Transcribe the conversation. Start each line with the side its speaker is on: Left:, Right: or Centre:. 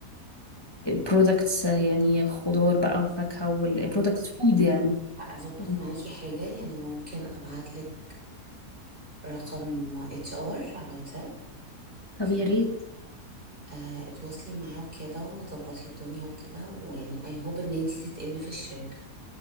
Left: برودكتس يعني خضار بقى وفاكهة والبرودكتس
Right: ممكن
Left: فود يعني
Right: اظبط
Left: مم.
Right: معاكي حاجه يعني ممكن ابعت لك رقم اتش ار على الواتساب
Left: طب
Right: في
Left: يا ريت
Right: آه اتواصلي معاه وكده وظبطي الدنيا وكده ويعني اي هوب ان انتي تتقبلي في الشركه